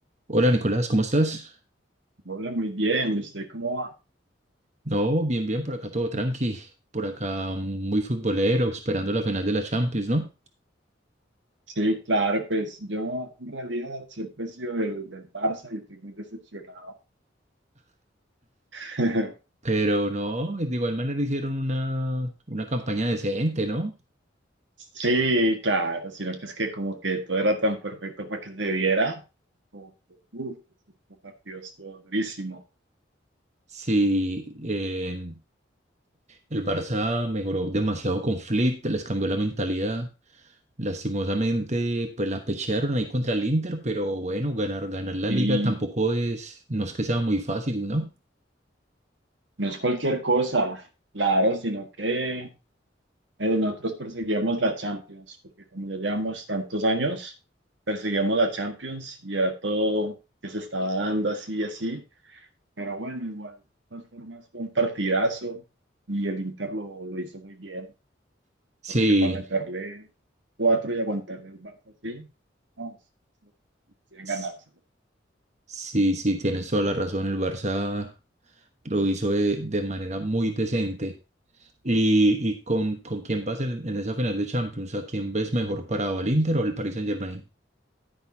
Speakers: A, on the right (about 40°); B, on the right (about 80°).
A: Hola Nicolás, ¿cómo estás?
B: Hola, muy bien. ¿Y usted cómo va?
A: No, bien, bien, por acá todo tranqui, por acá muy futbolero, esperando la final de la Champions, ¿no?
B: Sí, claro, pues yo en realidad siempre he sido del, del Barça y estoy muy decepcionado. <laughs>
A: Pero no, de igual manera hicieron una, una campaña decente, ¿no?
B: Sí, claro, sino que es que como que todo era tan perfecto para que se viera, como que, uff, este partido estuvo durísimo.
A: Sí, eh, el Barça mejoró demasiado con Flick, les cambió la mentalidad. Lastimosamente, pues la pechearon ahí contra el Inter, pero bueno, ganar, ganar la
B: Y
A: liga tampoco es, no es que sea muy fácil, ¿no?
B: no es cualquier cosa, claro, sino que eh, nosotros perseguíamos la Champions, porque como ya llevamos tantos años, perseguíamos la Champions y era todo que se estaba dando así y así. Pero bueno, igual, de todas formas, fue un partidazo y el Inter lo, lo hizo muy bien,
A: Sí,
B: porque para meterle cuatro y aguantarle al Barça así, no, es- quieren
A: s-
B: ganárselo.
A: sí, sí, tienes toda la razón, el Barça. lo hizo de, de manera muy decente. ¿Y, y con, con quién vas en, en esa final de Champions? ¿A quién ves mejor parado, al Inter o al Paris Saint-Germain?